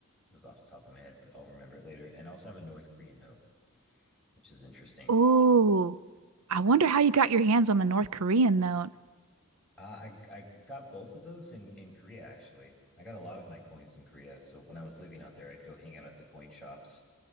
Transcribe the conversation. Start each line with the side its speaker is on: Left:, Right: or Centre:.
Centre: It was off the top of my head, but I'll remember it later. And I also have a North Korean note, which is interesting.
Right: Ooh, I wonder how you got your hands on the North Korean note.
Centre: Uh, I I got both of those in in Korea actually. I got a lot of my coins in Korea. So when I was living out there, I'd go hang out at the coin shops.